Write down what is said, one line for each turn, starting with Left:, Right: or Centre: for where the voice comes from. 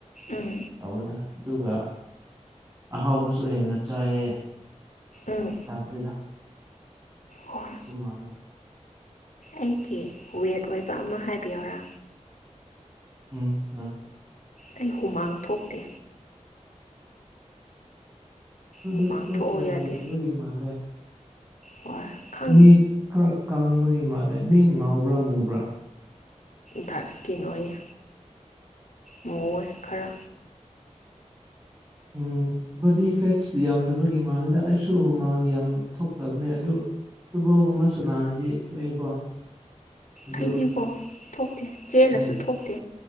Left: ꯎꯝ
Right: ꯇꯧꯕꯗꯤ ꯑꯗꯨꯒ ꯑꯍꯥꯎꯕꯁꯨ ꯍꯦꯟꯅ ꯆꯥꯏꯌꯦ
Left: ꯎꯝ
Right: ꯌꯥꯗ꯭ꯔꯦꯗ
Left: ꯍꯣꯏ
Right: ꯆꯨꯝ ꯃꯥꯟꯂꯦꯗ
Left: ꯑꯩꯒꯤ ꯋꯦꯠ ꯑꯣꯏꯕ ꯑꯃ ꯍꯥꯏꯕꯤꯌꯣꯔꯥ
Right: ꯎꯝ ꯑ
Left: ꯑꯩ ꯍꯨꯃꯥꯡ ꯊꯣꯛꯇꯦ
Right: ꯑꯗꯨ
Left: ꯍꯨꯃꯥꯡ
Right: ꯐꯦꯠꯁ
Left: ꯊꯣꯛꯎ
Right: ꯌꯥꯝ
Left: ꯌꯥꯗꯦ
Right: ꯂꯩꯇꯕꯒꯤ ꯃꯥꯜꯂꯦ
Left: ꯍꯣꯏ ꯈꯪ
Right: ꯃꯤ ꯈꯔ ꯀꯪꯕꯒꯤ ꯃꯥꯜꯂꯦ ꯃꯤ ꯉꯥꯎꯕ꯭ꯔꯥ ꯃꯨꯕ꯭ꯔꯥ
Left: ꯗꯥꯔꯛ ꯏꯁꯀꯤꯟ ꯑꯣꯏꯌꯦ ꯃꯨꯏ ꯈꯔ
Right: ꯎ ꯕꯣꯗꯤ ꯐꯦꯠꯁ ꯌꯥꯝꯗꯕꯒꯤ ꯃꯂꯦꯗ ꯑꯩꯁꯨ ꯍꯨꯃꯥꯡ ꯌꯥꯝ ꯊꯣꯛꯇꯕꯅꯦ ꯑꯗꯨ ꯐꯨꯠꯕꯣꯜꯒꯨꯝꯕ ꯁꯥꯟꯅꯔꯗꯤ ꯊꯣꯛꯑꯦꯀꯣ ꯑꯗꯨ
Left: ꯑꯩꯗꯤꯀꯣ ꯊꯣꯛꯇꯦ ꯆꯦꯜꯂꯁꯨ
Right: ꯎꯝ
Left: ꯊꯣꯛꯇꯦ